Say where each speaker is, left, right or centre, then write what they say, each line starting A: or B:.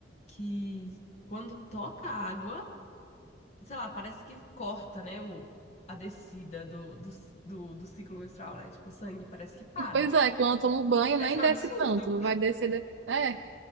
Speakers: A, on the left (about 40°); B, on the right (about 80°).
A: que quando toca a água, sei lá, parece que corta, né, o, a descida do, do, do, do ciclo menstrual, né? Tipo, o sangue parece que para.
B: E, pois é, quando eu tomo banho
A: É,
B: nem
A: tipo, um
B: desce
A: absurdo.
B: tanto, vai descer depois. É,